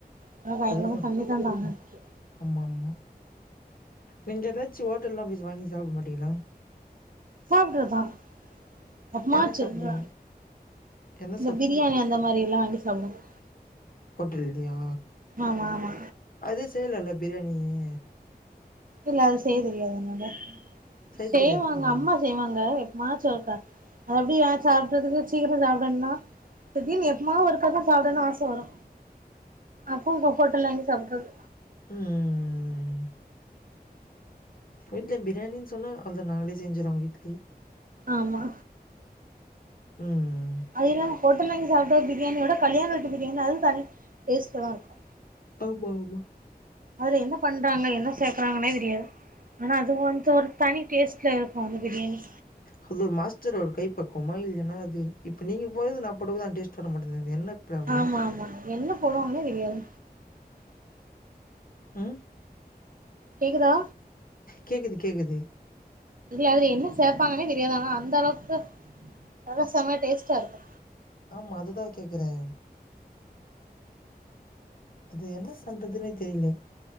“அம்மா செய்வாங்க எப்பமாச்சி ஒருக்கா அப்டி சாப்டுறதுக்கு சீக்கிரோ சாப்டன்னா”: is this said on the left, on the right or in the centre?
Right